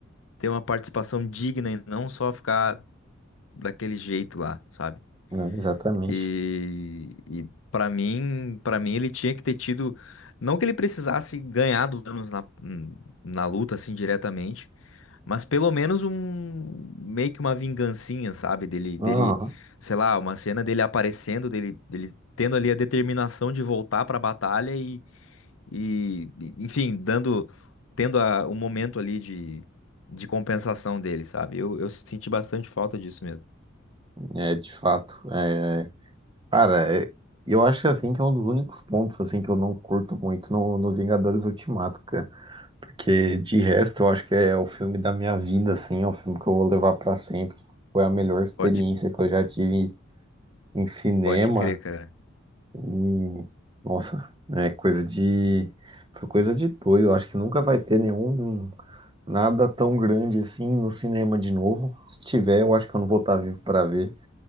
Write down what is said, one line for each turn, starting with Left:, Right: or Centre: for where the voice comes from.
Left: ter uma participação digna e não só ficar daquele jeito lá, sabe?
Right: Não, exatamente.
Left: E, e para mim, para mim ele tinha que ter tido, não que ele precisasse ganhar dos anos na, hum, na luta assim diretamente, mas pelo menos um meio que uma vingancinha, sabe, dele
Right: Aham.
Left: dele, sei lá, uma cena dele aparecendo, dele dele tendo ali a determinação de voltar para a batalha e, e e, enfim, dando tendo a, o momento ali de de compensação dele, sabe? Eu, eu senti bastante falta disso mesmo.
Right: É, de fato. É, cara, é- eu acho assim que é um dos únicos pontos assim que eu não curto muito no, no Vingadores Ultimato, cara. Porque de resto eu acho que é o filme da minha vida, assim, é o filme que eu vou levar pra sempre. Foi a melhor experiência
Left: Pode
Right: que eu já tive em, em cinema.
Left: pode crer, cara.
Right: E, nossa, é coisa de. Foi coisa de doido. Eu acho que nunca vai ter nenhum. Nada tão grande assim no cinema de novo. Se tiver, eu acho que eu não vou estar vivo pra ver.